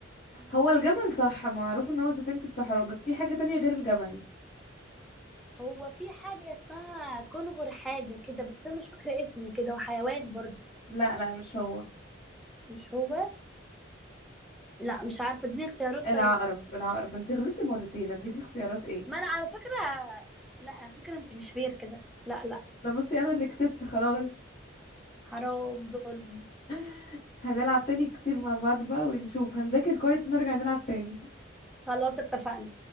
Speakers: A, on the left; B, in the centre.
A: هو الجمل صح معروف ان هو سفينة الصحراء بس في حاجة تانية غير الجمل
B: هو في حاجه اسمها كنغر حاجه كده بس انا مش فاكره اسمه كده وحيوان برضو
A: لا لا مش هو
B: مش هو لا مش عارفه اديني اختيارات
A: العقرب
B: طيب
A: العقرب انتي غلطتي مرتين اديكي اختيارات ايه
B: ما انا على فكره لا على فكره انت مش فير كده لا لا
A: ده بصي انا اللي كسبت خلاص
B: حرام ظلم
A: <laughs> هنلعب تاني كتير مع بعض بقى ونشوف هنذاكر كويس ونرجع نلعب تاني
B: خلاص اتفقنا